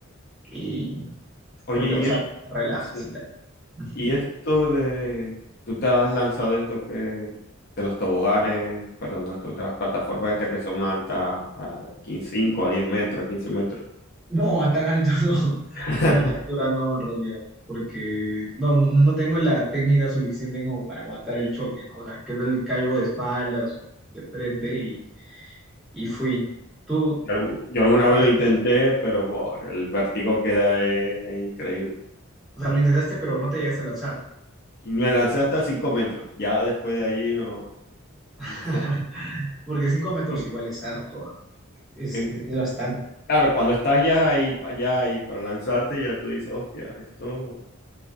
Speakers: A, in the centre; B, on the left (about 50°).
A: Y
B: Oye,
A: porque,
B: y
A: o sea,
B: es-
A: te relajas
B: sí.
A: y tal. <laughs>
B: Y esto de, tú te has lanzado esto que, de los toboganes, perdón, de las de las plataformas estas que son altas a quince 5 a 10 metros, a 15 metros.
A: No, a tan alto no. <laughs>
B: <laughs>
A: A tan alta altura no, en realidad. Porque no, no, no tengo la técnica suficiente como para aguantar el choque, ¿no? O sea, que tal caigo de espaldas o de frente y, y fui. Tú
B: Yo algu- yo alguna
A: llegaste
B: vez lo intenté,
A: a...
B: pero buah, el vértigo que da es, es increíble.
A: O sea, lo intentaste, pero no te llegaste a lanzar.
B: Me lancé hasta 5 metros. Ya después de ahí no, <laughs>
A: <laughs>
B: no.
A: Porque cinco metros
B: Mm,
A: igual es harto, ah. es,
B: Eh,
A: es es bastante.
B: Claro, cuando estás ya ahí, ya ahí para lanzarte, ya tú dices, hostia, esto.